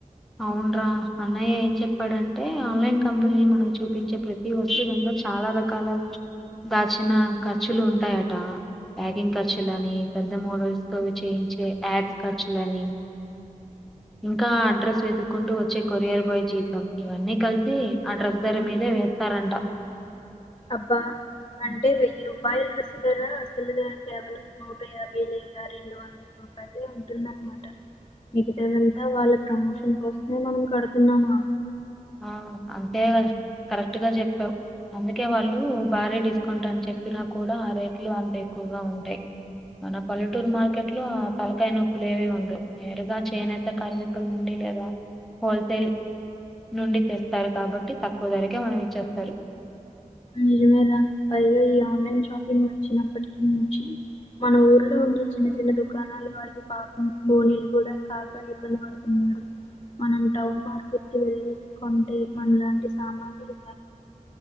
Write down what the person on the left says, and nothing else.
అబ్బా అంటే వెయ్యి రూపాయల డ్రస్సు ధర అసలు ధర కేవలం నూట యాభై లేదా రెండు వంద పదే ఉంటుంది అన్నమాట మిగతా అంతా వాళ్ళ ప్రమోషన్ కోసమే మనం కడుతున్నామా
నిజమే రా పైగా ఈ ఆన్లైన్ షాపింగ్ వచ్చినప్పటి నుంచి మన ఊర్లో ఉండే చిన్న చిన్న దుకాణాలు వాళ్ళు పాపం బోనీలు కూడా కాక ఇబ్బంది పడుతు ఉ మనం టౌన్ మార్కెట్ కి వెళ్ళి కొంటే మన లాంటి సామాన్యులు